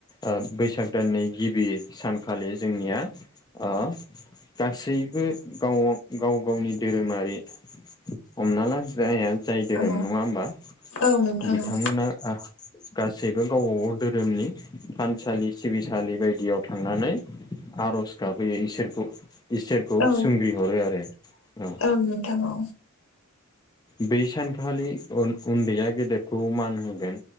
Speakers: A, on the left; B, on the left.
A: ओ बैसाग दाननि गिबि सानखालि जोंनिया ओ गासैबो गाव गाव गाव गावनि धोरोमारि हमना ला जाया जाय दोरोम
B: औ
A: नङा होमबा
B: औ नोंथां
A: बिथांमोना
B: औ
A: गासैबो गावबाागाव दोरोमनि थानसालि सिबिसालि बायदियाव थांनानै आर'ज गाबहैयो इसोरखौ इसोरखौ
B: औ
A: सोंग्रि हरो आरो। औ
B: औ नोंथां औ।
A: बै सानखालि उनदैया गेदेरखौ मान होगोन।